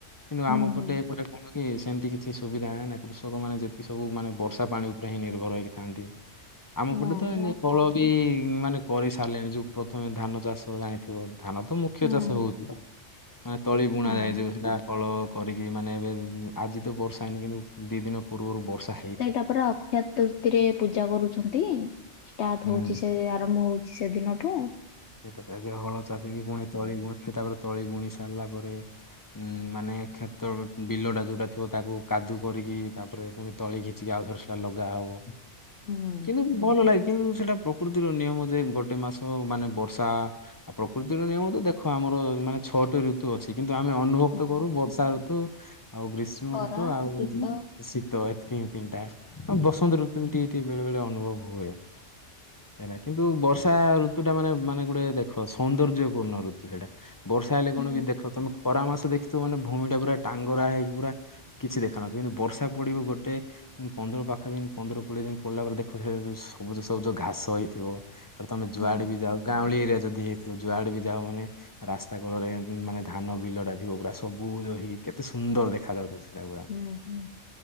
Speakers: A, on the left; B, on the left.
A: କିନ୍ତୁ
B: ହୁଁ
A: ଆମ ପଟେ
B: ହୁଁ।
A: ଏପଟେ ଆପଣ କି ସେମିତି କିଛି ସୁବିଧା ନାହିଁ ନା, କୃଷକମାନେ ଯେତିକି ସବୁ ମାନେ ବର୍ଷା ପାଣି ଉପରେ ହିଁ ନିର୍ଭର ହେଇକି ଥାନ୍ତି? ଆମ
B: ହଁ
A: ପଟେ ତ
B: ପରା
A: ଏନେ ହଳ ବି ମାନେ କରି ସାରିଲେଣି ଯୋଉ ପ୍ରଥମେ ଧାନ ଚାଷ ଜାଣି ଥିବ, ଧାନ ତ ମୁଖ୍ୟ
B: ହଁ
A: ଚାଷ
B: ହଁ
A: ହଉଛି। ମାନେ ତଳି ବୁଣା
B: ହଁ
A: ଯାଏ ଯୋଉ ସେଟା ହଳ କରିକି ମାନେ, ଏବେ ଇଁ ଆଜି ତ ବର୍ଷା ହେଇନି, କିନ୍ତୁ ଦି ଦିନ ପୂର୍ବରୁ ବର୍ଷା ହେ
B: ସେଇଟା ପରା ଅକ୍ଷାତୁର୍ଥୀରେ ପୂଜା କରୁଛନ୍ତି। ଷ୍ଟାର୍ଟ
A: ହୁଁ
B: ହଉଛି ସେ ଆରମ୍ଭ ହଉ ସେଦିନଠୁ
A: ସେଇଟା ତ ଏବେ ହଳ ଚାଲିକି ପୁଣି ତଳି ବୁଣିବେ, ତାପରେ ତଳି ବୁଣି ସାରିଲା ପରେ ଉଁ ମାନେ କ୍ଷେତ ବିଲଟା ଯୋଉଟା ଥିବ, ତାକୁ କାଦୁ କରିକି ତାପରେ ପୁଣି ତଳି କିଛିକି ଆଉଥର ସେଟା ଲଗା ହବ।
B: ହୁଁ
A: କିନ୍ତୁ ଭଲ ଲାଗେ କିନ୍ତୁ ସେଟା ପ୍ରକୃତିର ନିୟମ ଯେ ଗୋଟେ ମାସ ମାନେ ବର୍ ଷା ଆଉ ପ୍ରକୃତିର ନିୟମ ତ ଦେଖ ଆମର ମାନେ ଛଅଟି ଋତ୍ ଋତୁ ଅଛି କିନ୍ତୁ ଆମେ ଅନୁଭବ
B: ହଁ
A: ତ କରୁ ବର୍ଷା ଋତୁ ଆଉ ଗ୍ରୀଷ୍ମ
B: ଖରା
A: ଋତୁ ଆଉ
B: ଶୀତ
A: ଶୀତ ଏତିକି ହିଁ ତିନିଟା ଆଉ ବସନ୍ତ ଋତୁ। ସେମିତି ଟିକେ ଟିକେ ବେଳେ ବେଳେ ଅନୁଭବ ହୁଏ ହେଲା କିନ୍ତୁ ବର୍ଷା ଋତୁ ଟା ମାନେ ମାନେ ଗୋଟେ ଦେଖ ସୌନ୍ଦର୍ଯ୍ୟ ପୂର୍ଣ୍ଣ ଋତୁ ସେଟା ବର୍ଷା ହେଲେ କଣ
B: ହୁଁ
A: ବି ଦେଖ ତମେ ଖରା ମାସ ଦେଖିଥିବ ମାନେ ଭୂମି ଟା ପୁରା ଟାଙ୍ଗରା ହେଇକି ପୁରା କିଛି ଦେଖା ନଥିବ କିନ୍ତୁ ବର୍ଷା ପଡିବ ଗୋଟେ ପନ୍ଦର ପାଖ ଦିନ ପନ୍ଦର କୋଡିଏ ଦିନ ପଡିଲା ପରେ ଦେଖୁ ଥିବେ ଯୋଉ ସବୁଜ ସବୁଜ ଘାସ ହେଇଥିବ। ତ ତମେ ଯୁଆଡେ
B: ହଁ
A: ବି ଯାଅ ଗାଉଁଳି ଏରିଆ ଯଦି ହେଇଥିବ ଯୁଆଡେ ବି ଯାଅ ମାନେ ରାସ୍ତା କଡରେ ମାନେ ଧାନ ବିଲଟା ଥିବ ଗୁଡା ସବୁ ରହିକି କେତେ ସୁନ୍ଦର ଦେଖା ଯାଉଥିବ ସେଟା ଗୁଡା।
B: ହୁଁ ହୁଁ।